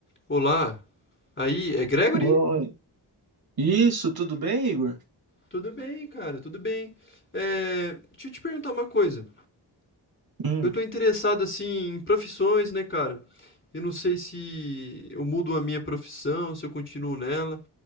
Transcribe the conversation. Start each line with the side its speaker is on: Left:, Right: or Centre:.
Left: Olá, aí é Gregory?
Right: Oi. Isso, tudo bem, Igor?
Left: Tudo bem, cara, tudo bem. É, deixa eu te perguntar uma coisa.
Right: Hum.
Left: Eu tô interessado assim em profissões, né, cara? Eu não sei se eu mudo a minha profissão, se eu continuo nela,